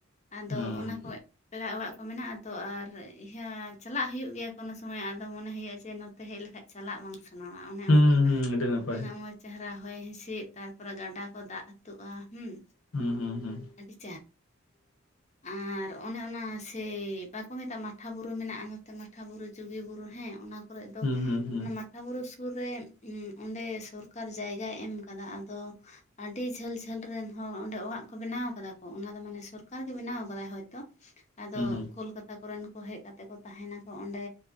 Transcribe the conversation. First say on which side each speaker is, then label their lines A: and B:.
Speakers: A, on the left (about 35°); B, on the left (about 80°).
A: ᱟᱫᱚ
B: ᱦᱩᱸ
A: ᱚᱱᱟ ᱠᱚᱼᱼ ᱯᱮᱲᱟ ᱚᱲᱟᱜ ᱠᱚ ᱢᱮᱱᱟᱜᱼᱟ ᱛᱚ ᱟᱨ ᱤᱭᱟᱹ ᱪᱟᱞᱟᱜ ᱦᱩᱭᱩᱜ ᱜᱮᱭᱟ ᱠᱳᱱᱳ ᱥᱚᱢᱚᱭ ᱟᱫᱚ ᱢᱚᱱᱮ ᱦᱩᱭᱩᱜᱼᱟ ᱡᱮ ᱱᱚᱛᱮ ᱦᱮᱡ ᱞᱮᱠᱷᱟᱡᱼᱼ ᱪᱟᱞᱟᱜ ᱵᱟᱝ ᱥᱟᱱᱟᱣᱟ ᱚᱱᱮ
B: ᱦᱩᱸ
A: ᱚᱱᱠᱟ
B: ᱦᱩᱸ ᱟᱹᱰᱤ ᱱᱟᱯᱟᱭ
A: ᱩᱱᱟᱹᱜ ᱢᱚᱡᱽᱼᱼ ᱪᱮᱦᱨᱟ ᱦᱚᱭ ᱦᱤᱸᱥᱤᱫ ᱛᱟᱨᱯᱚᱨᱮ ᱜᱟᱰᱟ ᱠᱚ ᱫᱟᱜ ᱟᱹᱛᱩᱜᱼᱟ ᱦᱩᱸ᱾
B: ᱦᱩᱸ ᱦᱩᱸ ᱦᱩᱸ
A: ᱟᱹᱰᱤ ᱪᱮᱦᱨᱟᱼᱼ
B: <inaudible>
A: ᱟᱨ ᱚᱱᱮ ᱚᱱᱟ ᱥᱮᱭ ᱵᱟᱠᱚ ᱢᱮᱛᱟᱜᱼᱟ ᱢᱟᱴᱷᱟ ᱵᱩᱨᱩ ᱢᱮᱱᱟᱜᱼᱟ ᱱᱚᱛᱮ ᱢᱟᱴᱷᱟ ᱵᱩᱨᱩ, ᱡᱩᱜᱤ ᱵᱩᱨᱩ ᱦᱮᱸ ᱚᱱᱟ ᱠᱚᱨᱮᱜ ᱫᱚ
B: ᱦᱩᱸ ᱦᱩᱸ ᱦᱩᱸ
A: ᱚᱱᱟ ᱢᱟᱴᱷᱟ ᱵᱩᱨᱩ ᱥᱩᱨ ᱨᱮ ᱚᱸᱰᱮ ᱥᱚᱨᱠᱟᱨ ᱡᱟᱭᱜᱟᱭ ᱮᱢ ᱠᱟᱫᱟ, ᱟᱫᱚ ᱟᱹᱰᱤ ᱡᱷᱟᱹᱞ ᱡᱷᱟᱹᱞ ᱨᱮᱱ ᱦᱚᱲ ᱚᱸᱰᱮ ᱚᱲᱟᱜ ᱠᱚ ᱵᱮᱱᱟᱣ ᱠᱟᱫᱟ ᱠᱚ, ᱚᱱᱟ ᱫᱚ ᱢᱟᱱᱮ ᱥᱚᱨᱠᱟᱨ ᱜᱮ ᱵᱮᱱᱟᱣ ᱠᱟᱫᱟᱭ ᱦᱚᱭᱛᱳ᱾ ᱟᱫᱚ
B: ᱦᱩᱸ ᱦᱩᱸ
A: ᱠᱳᱞᱠᱟᱛᱟ ᱠᱚᱨᱮᱱ ᱠᱚ ᱦᱮᱡ ᱠᱟᱛᱮ ᱠᱚ ᱛᱟᱦᱮᱱᱟᱠᱚ ᱚᱸᱰᱮ,